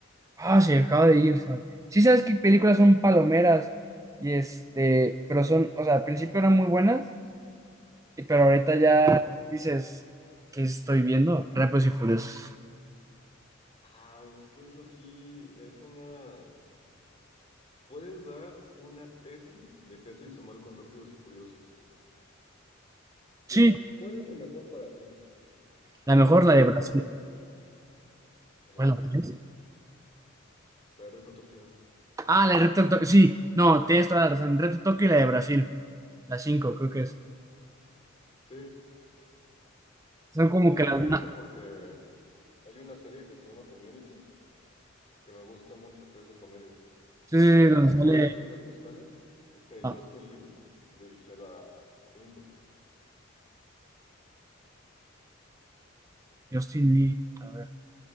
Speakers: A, on the right; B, on the left.
A: Ah, se acaba de ir. se me- Sí, sabes que películas son palomeras y este, pero son, o sea, al principio eran muy buenas Y pero ahorita ya
B: ¿Cuál es?
A: dices, ¿qué estoy viendo? Rápidos y Furiosos.
B: Ah, es que eso sí es una... Puedes dar una tesis de qué se hizo mal con Rápidos y Furiosos.
A: Sí,
B: Y a ver, ¿cuál es lo mejor para ti?
A: la mejor
B: ¿Y por
A: la de
B: qué
A: Brasil.
B: es la 3? ¿La
A: ¿Cuál
B: de Brasil?
A: es la tres?
B: ¿La de Reto Tokio?
A: Ah, la de Reto Tokio. Sí, no, tienes toda la razón. Reto Tokio y la de Brasil. La cinco, creo que es.
B: Sí.
A: Son como
B: Eso
A: que las
B: me gusta
A: más.
B: porque hay una serie que se llama Community, que me gusta mucho, que es de comedia.
A: Sí, sí, sí,
B: Eh,
A: donde
B: uno
A: sale
B: de los directores principales, este
A: ah,
B: Justin Lin, dirigió la 5.
A: Justin Lee. A ver.